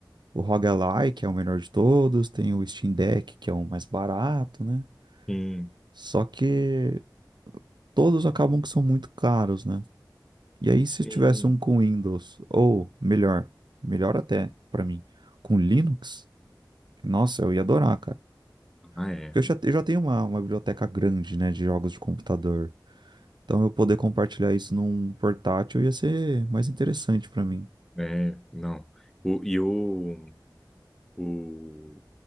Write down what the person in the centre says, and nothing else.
Sim,
sim.
Ah, é.
É, não. O, e o, o,